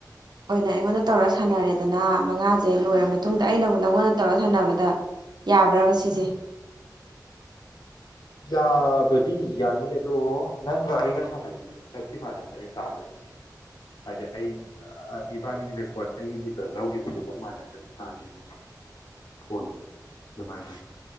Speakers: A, on the right (about 80°); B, on the left (about 75°).
A: ꯑꯣꯏꯅ ꯑꯩꯉꯣꯟꯗ ꯇꯧꯔ ꯁꯥꯟꯅꯔꯦꯗꯅ ꯃꯉꯥꯁ ꯇꯦ ꯂꯣꯏꯔ ꯃꯇꯨꯡꯗ ꯑꯩꯅ ꯑꯃꯨꯛ ꯅꯪꯉꯣꯟꯗ ꯇꯧꯔ ꯁꯥꯟꯅꯕꯗ ꯌꯥꯕ꯭ꯔꯥꯕ ꯁꯤꯁꯦ꯫
B: ꯌꯥꯕꯗꯤ ꯌꯥꯅꯤꯌꯦ ꯑꯗꯣ ꯅꯪꯔ ꯑꯩꯒ ꯁꯥꯥꯅꯕꯗꯨ <inaudible> ꯇꯥꯗꫭꯏꯅꯦ ꯍꯥꯏꯗꯤ ꯑꯩ ꯑ ꯏꯕꯥꯅꯤ ꯔꯦꯀꯣꯔꯠ ꯑꯩꯒꯤꯗ ꯂꯧꯈꯤꯕꯗꯨꯒ ꯃꯥꯟꯅꯗ ꯑꯗꯨꯝ꯫ <inaudible> ꯐꯣꯟꯗ ꯑꯗꯨꯃꯥꯏꯅ